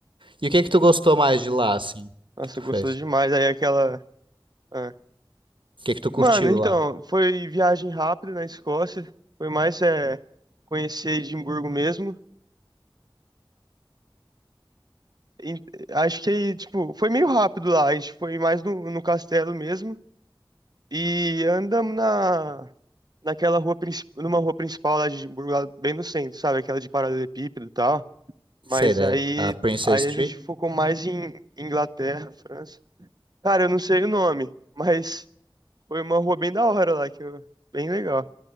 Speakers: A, on the right (about 70°); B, on the right (about 50°).
A: E o que que tu gostou mais de lá, assim,
B: Nossa,
A: que tu fez?
B: gostoso demais. Aí aquela. ah.
A: O que que tu curtiu
B: Mano, então,
A: lá?
B: foi viagem rápida na Escócia. Foi mais é, conhecer Edimburgo mesmo. em- Acho que tipo, foi meio rápido lá. A gente foi mais no, no castelo mesmo. E andamos na, naquela rua, princi- numa rua principal lá de Edimburgo, lá bem no centro, sabe? Aquela de paralelepípedo e tal. Mas
A: Sei, né?
B: aí,
A: A Princess
B: aí a
A: Street?
B: gente focou mais em Inglaterra, França. Cara, eu não sei o nome, mas foi uma rua bem da hora lá, que eu- bem legal.